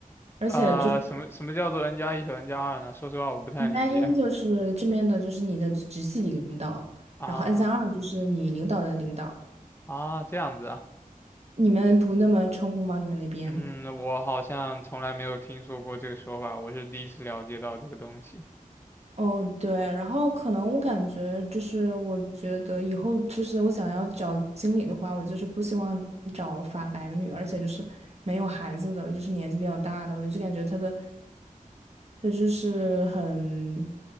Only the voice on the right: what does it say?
而且就是
N 加一就是这边的，就是你的直系领导，
然后 N 加二就是你领导的领导。
你们不那么称呼吗？你们那边？
哦，对，然后可能我感觉就是，我觉得以后就是我想要找经理的话，我就是不希望找法白女，而且就是没有孩子的，就是年纪比较大的，我就感觉她的她就是很，